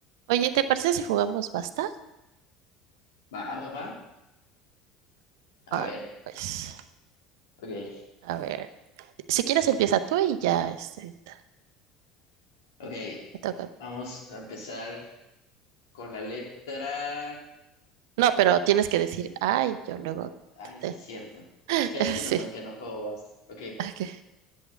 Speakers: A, on the right; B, on the left.
A: Oye, ¿te parece si jugamos basta?
B: Va, va, va. A
A: Ah,
B: ver.
A: pues,
B: Ok.
A: a ver, si quieres empieza tú y ya, este, t-
B: Ok.
A: me toca. a mí.
B: Vamos a empezar con la letra.
A: No, pero tienes que decir, ay, yo luego
B: Ay,
A: te, te-
B: sí, es cierto.
A: <laughs>
B: Es que ya tiene
A: Sí,
B: un buen que no juego basta. Ok.
A: ok,